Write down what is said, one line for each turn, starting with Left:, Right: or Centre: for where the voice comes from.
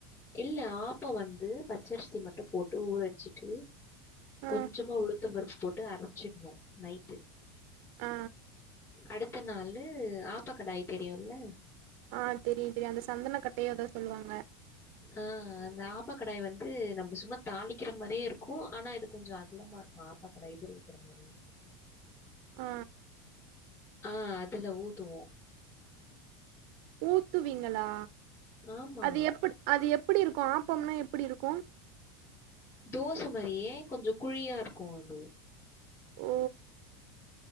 Left: இல்ல ஆப்ப வந்து பச்சரிசி மட்டும் போட்டு ஊற வச்சிட்டு
Right: ஆ
Left: கொஞ்சமா உளுத்த பருப்பு போட்டு அரச்சிடணு நைட்டு
Right: ஆ
Left: அடுத்த நாளு ஆப்ப கடாய் தெரியும்ல
Right: ஆ தெரியு தெரியு அந்த சந்தன கட்டயோ ஏதோ சொல்லுவாங்க
Left: ஆ அந்த ஆப்ப கடாய் வந்து நம்ம சும்மா தாளிக்கிற மாரியே இருக்கும் ஆனா இது கொஞ்ச அகலமா இருக்கும் பாக்க லைப்ரரி இருக்கிற மேரி இருக்
Right: ஆ
Left: அ அதுல ஊதுவோ
Right: ஊத்துவீங்களா
Left: ஆமா.
Right: அது எப்ப அது எப்டி இருக்கும் ஆப்போம்னா எப்டி இருக்கும்
Left: தோச மாரியே கொஞ்ச குழியா இருக்கும் அது
Right: ஓ